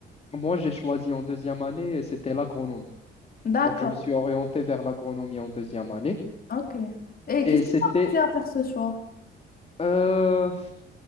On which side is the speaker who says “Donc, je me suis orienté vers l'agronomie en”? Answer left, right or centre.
Left